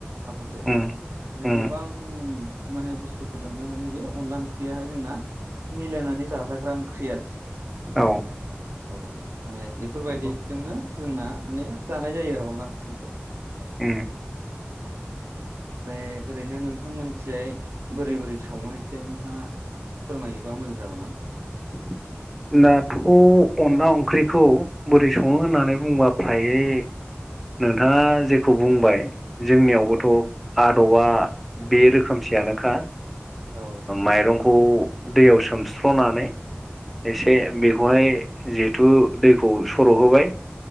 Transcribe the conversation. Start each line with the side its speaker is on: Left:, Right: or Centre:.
Right: माखासे
Centre: उम
Right: माने
Centre: उम
Right: गोबां माने बुस्थुफोरजोंनो माने बे अनला ओंख्रियाहाय जोंना मिलायनानै जाजाग्रा ओंख्रि आरो
Centre: औ
Right: औ माने बेफोरबायदिजोंनो
Centre: नंगौ
Right: जोंना माने जानाय जायो आरो अनला ओंख्रिखौ
Centre: उम <inaudible>
Right: ओमफ्राय ओरैनो नोंथां मानसियै बोरै बोरै सङो एसे नोंथाङा फोरमायोबा मोजां जागौमोन।
Centre: <inaudible> दाथ' अनला ओंख्रिखौ बोरै सङो होननानै बुंबा फ्रायै नोंथाङा जेखौ बुंबाय जोंनियावबोथ'
Right: औ
Centre: आदबा बे रोखोमसेयानोखा
Right: औ
Centre: माइरंखौ दैयाव सोमस्र'नानै एसे बेखौहाय जिहेथु दैखौ सर'होबाय